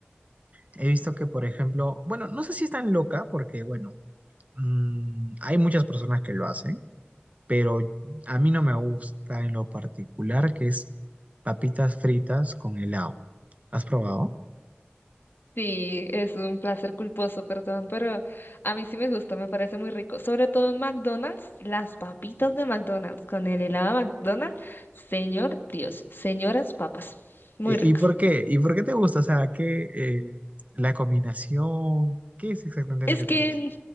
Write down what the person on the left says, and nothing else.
Sí, es un placer culposo, perdón, pero a mí sí me gusta, me parece muy rico. Sobre todo en McDonald's, las papitas de McDonald's con el helado de McDonald's, señor Dios, señoras papas, muy
ricas.
Es
que